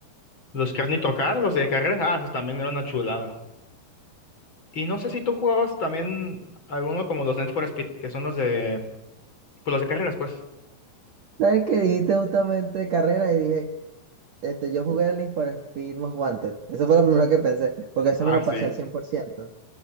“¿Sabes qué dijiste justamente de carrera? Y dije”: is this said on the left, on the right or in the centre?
Right